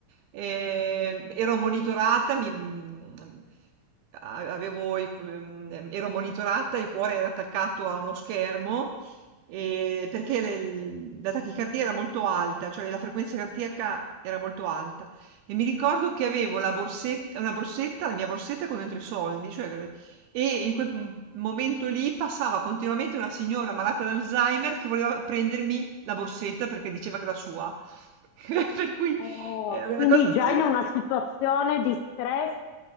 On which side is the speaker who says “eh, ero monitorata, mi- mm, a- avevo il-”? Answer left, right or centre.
Right